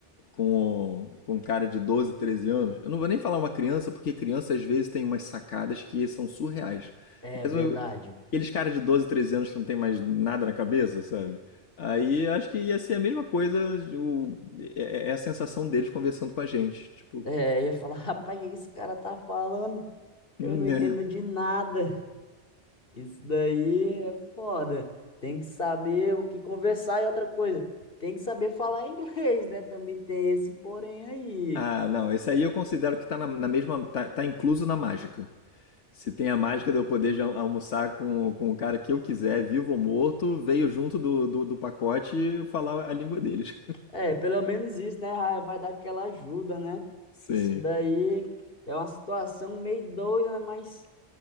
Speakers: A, on the left (about 80°); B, on the left (about 50°).
A: com, com um cara de 12 13 anos. Eu não vou nem falar uma criança, porque criança às vezes tem umas sacadas que são surreais.
B: É
A: Mas
B: verdade.
A: eu- aqueles caras de 12 13 anos que não tem mais nada na cabeça, sabe? Aí eu acho que ia ser a mesma coisa, o, é, é é a sensação deles conversando com a gente. Tipo,
B: É, eu ia falar, <laughs> rapaz, o que esse cara tá falando?
A: né?
B: Eu não entendo de nada. Isso daí é foda. Tem que saber o que conversar e outra coisa. Tem que saber falar <laughs> inglês, né? Também tem esse porém aí.
A: Ah, não, esse aí eu considero que tá na, na mesma. Tá, tá incluso na mágica. Se tem a mágica de eu poder já almoçar com, com o cara que eu quiser, vivo ou morto, veio junto do, do, do pacote e eu falar a língua deles.
B: É, pelo menos isso, né? Vai vai dar aquela ajuda, né?
A: Sim.
B: Isso daí é uma situação meio doida, né? Mas